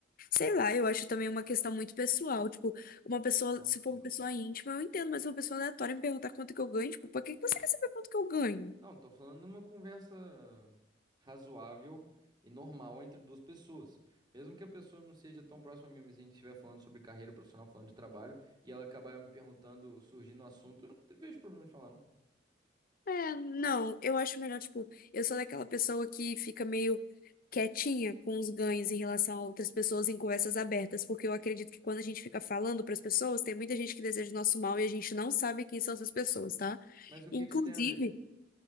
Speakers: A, on the left (about 50°); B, on the right (about 25°).
A: Sei lá, eu acho também uma questão muito pessoal. Tipo, uma pessoa,
B: Ah, não,
A: se
B: isso
A: for
B: aí
A: uma
B: não.
A: pessoa íntima, eu entendo, mas uma pessoa aleatória me perguntar quanto que eu ganho, tipo, por que que você quer saber quanto que eu ganho?
B: Não, tô falando numa conversa razoável e normal entre duas pessoas. Mesmo que a pessoa não seja tão próxima a mim, mas a gente estiver falando sobre carreira profissional, falando de trabalho, e ela acabar me perguntando, surgindo um assunto, eu não vejo problema de falar, não.
A: É, não, eu acho melhor, tipo, eu sou daquela pessoa que fica meio quietinha com os ganhos em relação a outras pessoas em conversas abertas, porque eu acredito que quando a gente fica falando para as pessoas, tem muita gente que deseja o nosso mal e a gente não sabe quem são essas pessoas, tá?
B: Mas o
A: Inclusive,
B: que que isso tem a ver?